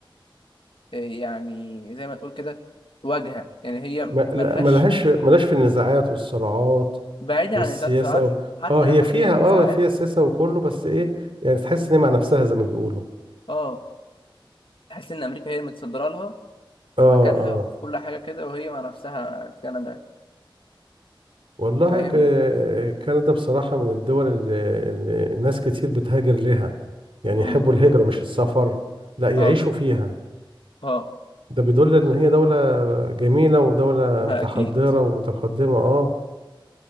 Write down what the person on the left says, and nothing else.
يعني زي ما تقول كده واجهة يعني هي ملهاش
بعيدا
عن النزاعات والصراعات
حتى
لو
حاجات
غير النزاعات
مم.
اه تحس ان امريكا هي اللي متصدره لها في
مكانها
وفي كل حاجه كده وهي مع نفسها كندا
فاهم
مم.
اه
اه
ما
اكيد